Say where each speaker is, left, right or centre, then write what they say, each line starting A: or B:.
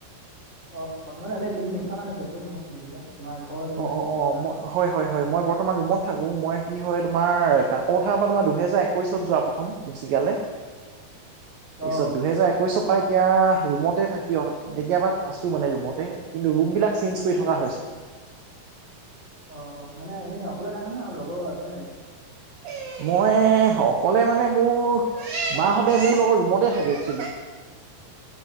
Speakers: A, on the right (about 15°); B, on the right (about 65°).
A: অ', মানে তুমি ৰুত থাকা ওচৰত নেকি তিনিচুকীয়া? তোমাৰ ঘৰ? নেকি
B: অ',
A: আছে
B: অ', অ'
A: বা
B: মই হয়, হয়, হয় মই বৰ্তমান ৰুমত থাকো মই কি হয় তোমাৰ কাকথাৰ পৰা তোমাৰ দুহেজাৰ একৈশত যোৱা প্ৰথম তিনচুকীয়ালৈ তাৰপিছত
A: অ অ
B: দুহেজাৰ এক কৈছ পাই এতিয়া ৰুমতে থাকি অ', তেতিয়াবা আছো মানে ৰুমতে কিন্তু ৰুম বিলাক চেঞ্জ কৰি থকা হৈছে।
A: অ', মানে এনেই অকলে থাকে নে আৰু লগৰো আছে?
B: <unintelligible> মই অকলে মানে মোৰ মাহঁতে মোৰ লগৰ ৰুমতে থাকে একচুৱেলী।